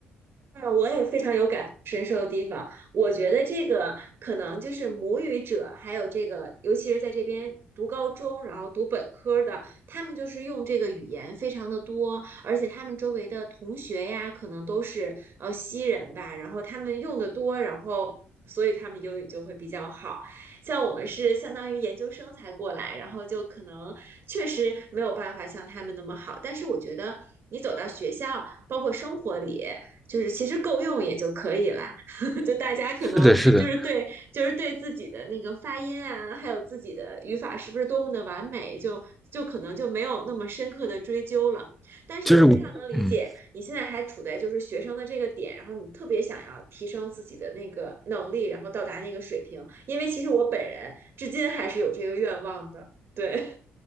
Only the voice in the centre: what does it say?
是的，是的，
就是我，嗯。